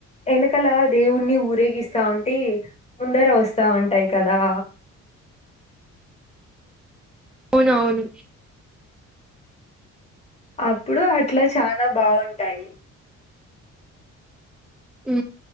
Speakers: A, on the left (about 20°); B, in the centre.
A: ఎనకల దేవుణని ఊరేగిస్తా ఉంటే ముందర వస్తా ఉంటాయి కదా
B: <inaudible> అవును అవును
A: అప్పుడు అట్లా చాలా బాగుంటాయి
B: ఉ